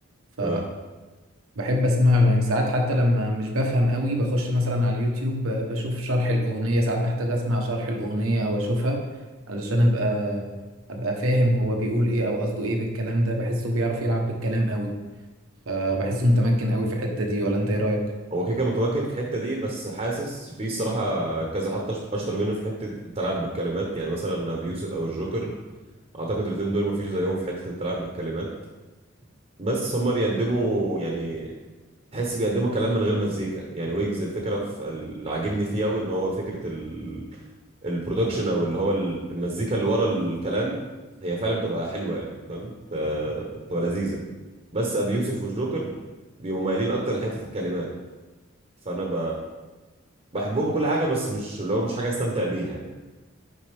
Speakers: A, on the right; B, on the right.
A: ف
B: آه.
A: بحب اسمع له يعني ساعات حتى لما مش بفهم قوي بخش مثلا على اليوتيوب آه، بشوف شرح الاغنيه ساعات بحتاج اسمع شرح الاغنيه او اشوفها علشان ابقى ابقى فاهم هو بيقول ايه او قصده ايه بالكلام ده بحسه بيعرف يلعب بالكلام قوي فبحسه متمكن قوي في الحته دي ولا انت ايه رايك
B: هو كده كده متمكن في الحته دي بس حاسس في الصراحه كذا حد أش- اشطر منه في حته التلاعب بالكلمات يعني مثلا ابي يوسف او الجوكر اعتقد الاثنين دول ما فيش زيهم في حته التلاعب بالكلمات بس هما بيقدموا يعني تحس بيقدموا كلام من غير مزيكا يعني ويجز الفكره في اللي عاجبني فيه قوي ان هو فكره ال... البرودكشن او اللي هو المزيكا اللي ورا الكلام هي فعلا بتبقى حلوه يعني فاهم ف- بتبقى لذيذه بس ابي يوسف والجوكر بيبقوا مايلين اكتر لحته الكلمات فانا ب... بحبهم وكل حاجه بس مش لو مش حاجه استمتع بيها يعني